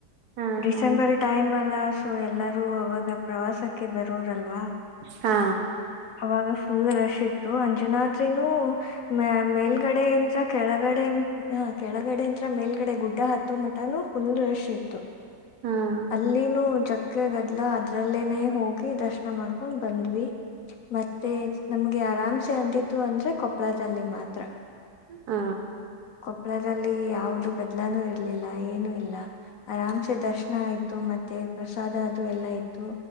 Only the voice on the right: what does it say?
ಹಾ,
ಹಾ.
ಹಾ
ಹಾ.
ಹ